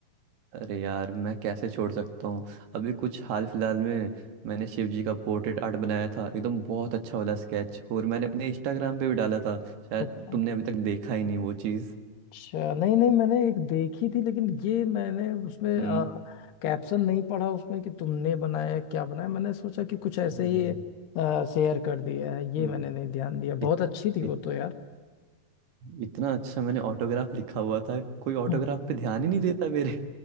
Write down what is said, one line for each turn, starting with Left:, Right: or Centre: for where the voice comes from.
Right: अरे यार मैं कैसे छोड़ सकता हूँ अभी कुछ हाल फिलहाल में मैंने शिव जी का पोर्ट्रेट आर्ट बनाया था एकदम बहुत अच्छा वाला स्केच और मैंने अपने इंस्टाग्राम पे भी डाला था शायद
Left: अच्छा
Right: तुमने अभी तक देखा ही नहीं वो चीज़
Left: अच्छा नहीं नहीं मैंने एक देखी थी लेकिन ये मैंने उसमें
Right: हम्म
Left: कैप्शन नहीं पढ़ा उसमें कि तुमने बनाया क्या बनाया मैंने सोचा कि कुछ ऐसे
Right: अरे
Left: ही शेयर कर दिया है ये
Right: हम्म,
Left: मैंने नहीं ध्यान दिया
Right: इत,
Left: बहुत अच्छी थी
Right: इत,
Left: वो तो यार
Right: इतना अच्छा मैंने ऑटोग्राफ लिखा हुआ था कोई ऑटोग्राफ
Left: हम्म।
Right: पे ध्यान ही नहीं देता मेरे